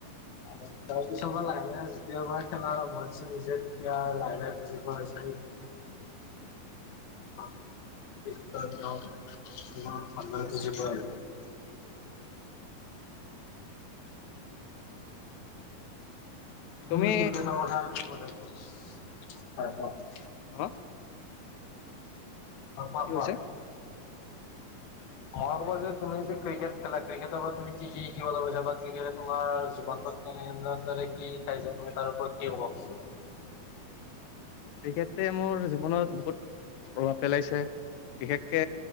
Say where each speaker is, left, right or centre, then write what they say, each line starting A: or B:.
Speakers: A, on the left; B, on the left.
A: আৰু তাৰ পিছৰ পৰা লাহে-লাহে যেতিয়া পৰা খেলা মই দিছো নিজে যেতিয়া লাহে-লাহে বুজি পোৱা হৈছো <inaudible> <inaudible> উম
B: অ তুমি
A: ক্ৰিকেটৰ কথা <inaudible> হয় হয়।
B: অহ
A: হয় কোৱা-কোৱা?
B: কি কৈছে
A: মই ক'ব যে তুমি যে ক্ৰিকেট খেলা ক্ৰিকেটৰ পৰা তুমি কি-কি শিকিবলৈ লৈছা বা ক্ৰিকেটে তোমাৰ জীৱনটোত <unintelligible> ধৰে কি শিকাইছে তুমি তাৰ ওপৰত কি কব' খুজিবা?
B: ক্ৰিকেটে মোৰ জীৱনত বহুত প্ৰভাৱ পেলাইছে বিশেষকে